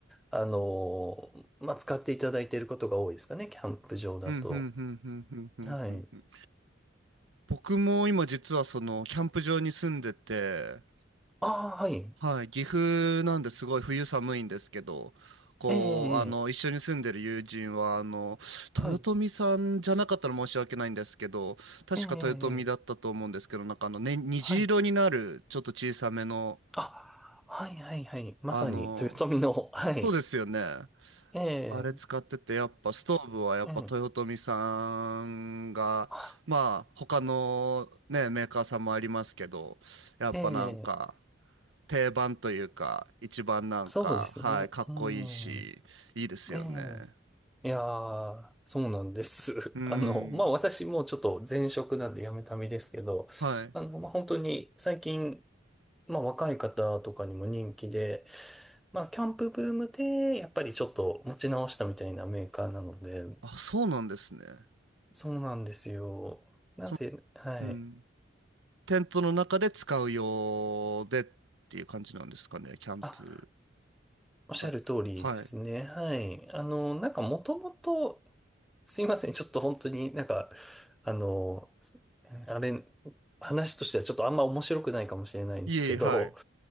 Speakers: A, in the centre; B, on the right (about 80°).
A: あの、まあ、使っていただいていることが多いですかね、キャンプ場だと。
B: うん、ふんふんふんふんふんふんふん。
A: はい。
B: 僕も今実はそのキャンプ場に住んでて、
A: ああ、はい。
B: はい、岐阜なんですごい冬寒いんですけど、こう、
A: ええ、ええ、
B: あの、一緒に住んでる友人は、あの、
A: はい。
B: 豊臣さんじゃなかったら申し訳ないんですけど、確か豊臣だったと思うんですけど、
A: ええ、ええ、ええ
B: なんかあの、ね、虹色になる、
A: はい。
B: ちょっと小さめの、
A: あ、はい、はい、はい。まさに、
B: あの、
A: 豊臣の、はい。
B: そうですよね。
A: ええ、
B: あれ使ってて、やっぱストーブはやっぱ豊臣さんが、
A: ええ。はい
B: まあ、他のね、メーカーさんもありますけど、やっぱなんか、
A: ええ、
B: 定番というか、一番なんか、
A: そうですね。
B: はい、かっこいいし、
A: うん。
B: いいですよね。
A: ええ、いやー、そうなんです。
B: うん。
A: <laughs> あの、まあ、私もちょっと前職なんで辞めた身ですけど、
B: はい。
A: あの、まあ、本当に最近、まあ、若い方とかにも人気で、まあ、キャンプブームで、やっぱりちょっと持ち直したみたいなメーカーなので、
B: あ、そうなんですね。
A: そうなんですよ。なんで、
B: その、
A: はい。
B: うん。テントの中で使う用でっていう感じなんですかね、キャンプ
A: あ、おっしゃる通りですね。
B: だと。はい。
A: はい。あの、なんかもともと、すいません。ちょっと本当になんか、あの、あれ、話としてはちょっとあんま面白くないかもしれないんですけど、
B: いえいえ、はい。